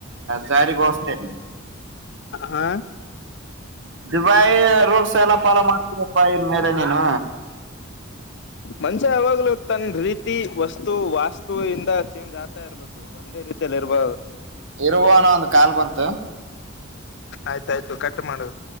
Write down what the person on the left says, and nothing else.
ಹಾ
ಮನ್ಷ್ಯ ಯಾವಾಗ್ಲೂ ತನ್ ರೀತಿ ವಸ್ತು ವಾಸ್ತು ಇಂದ ಚೇಂಜ್ ಆಗ್ತಾ ಇರ್ಬೇಕು ಒಂದೇ ರೀತಿಯಲ್ಲಿ ಇರ್ಬ
ಆಯ್ತಾಯ್ತು ಕಟ್ ಮಾಡುದು